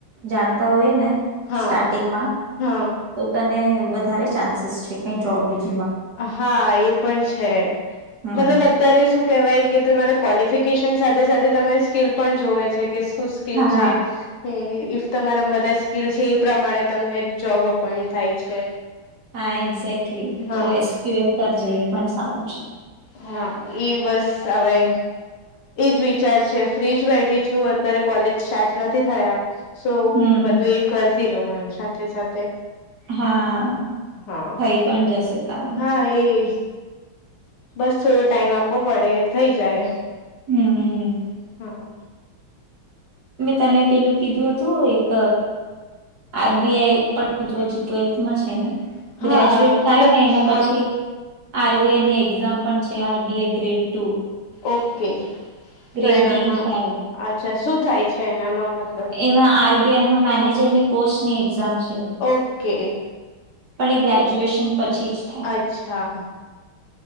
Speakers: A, on the right; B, on the left.
A: જાણતા હોઈએ ને
B: હા
A: સ્ટાર્ટિંગમાં,
B: હા
A: તો તને વધારે ચાન્સીસ છે કઈ જોબ બીજ
B: હા એ પણ છે
A: હમ.
B: મતલબ ત્યારે શું કહેવાય કે તમારે ક્વોલિફિકેશન સાથે સાથે તમારી સ્કીલ પણ જોવે છે કે શું સ્કીલ
A: હા
B: છે? હમ્મ, ઈફ તમારા બધા સ્કીલ છે એ પ્રમાણે તમને જોબ અપોઈન્ટ થાય છે.
A: હા એક્ઝેક્ટલી
B: હા
A: તો એસ ક્યુ એલ કરજે એ પણ સારું છે.
B: હા ઈ બસ હવે એજ વિચાર છે ફ્રી જ બેઠી છું અત્યારે કોલેજ સ્ટાર્ટ નથી થયા. સૌ
A: હમ
B: બધું એ કરતી રહું એમ સાથે સાથે.
A: હા,
B: હા.
A: થઈ પણ જશે તા.
B: હા એ. બસ થોડો ટાઈમ આપવો પડે થઈ જાય.
A: હમ.
B: હમ્મ.
A: મેં તને પેલું કીધું હતું એક આર બી આઈ પણ હજી ટ્વેલ્થમાં છે ને
B: હા
A: ગ્રેજ્યુએટ
B: મતલબ
A: થાય ને એના
B: હા
A: પછી આર બી આઈ ની એક્ઝામ પણ છે, R B I grade two.
B: Okay
A: ગ્રેડ
B: તો એનામાં
A: બી શાયદ
B: અચ્છા શું થાય છે એનામાં મતલબ?
A: એમાં આર બી આઈમાં મેનેજરની પોસ્ટ ની એક્ઝામ છે.
B: ઓકે.
A: પણ એ ગ્રેજ્યુએશન પછી જ થાય
B: અચ્છા.